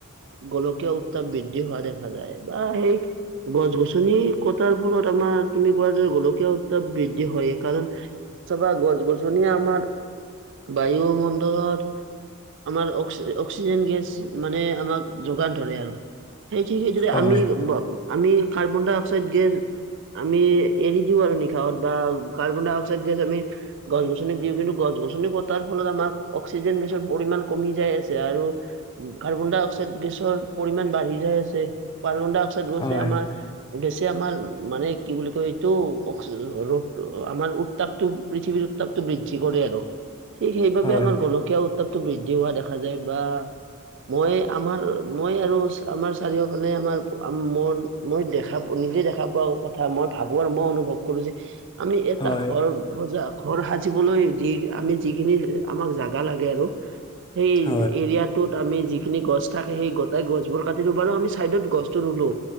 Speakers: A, on the right (about 60°); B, on the left (about 20°).
A: গোলকীয় উত্তাপ বৃদ্ধি হোৱা দেখা যায়। বা সেই গছ গছনি কটাৰ ফলত আমাৰ তুমি কোৱা য গোলকীয়া উত্তাপ বৃদ্ধি হয়। কাৰণ চাবা গছ গছনিয়ে আমাৰ বায়ুমণ্ডলত আমাক অক্সিজেন গেছ মানে আমাক যোগান ধৰে আৰু সেই ঠিকেই। <unintelligible>
B: হয়
A: আমি কাৰ্বন ডাই অক্সাইড গেছ আমি এৰি দিওঁ আৰু নিশাহত বা কাৰ্বন ডাই অক্সাইড গেছ আমি গছ গছনি দিওঁ। কিন্তু, গছ গছনি কটাৰ ফলত আমাৰ অক্সিজেন গেছৰ পৰিমাণ কমি যাই আছে, আৰু কাৰ্বন ডাই অক্সাইড গেছৰ পৰিমাণ বাঢ়ি যায় আছে। কাৰ্বন ডাই অক্সাইড গেছে
B: হয়
A: আমাৰ গেছে আমাৰ মানে কি বুলি কয়? এইটো ৰ'দ আমাৰ উত্তাপটো পৃথিৱীৰ উত্তাপটো বৃদ্ধি কৰে আৰু ঠিক সেইবাবে
B: হয়
A: আমাৰ গোলকীয়া উত্তাপটো বৃদ্ধি হোৱা দেখা যায়, বা মই আমাৰ মই আৰু আমাৰ চাৰিওফালে আমাৰ মোৰ মই দেখা নিজে দেখা পোৱা কথা মই ভাবো আৰু মই অনুভৱ কৰো। যে আমি এটা
B: হয়
A: ঘৰ সজাক ঘৰ সাজিবলৈ যি আমি যিখিনি আমাক জাগা লাগে আৰু সেই
B: হয়
A: এৰিয়াটোত আমি যিখিনি গছ থাকে। সেই গোটাই গছবোৰ কাটিমলো বাৰু আমি চাইদত গছতো ৰুলো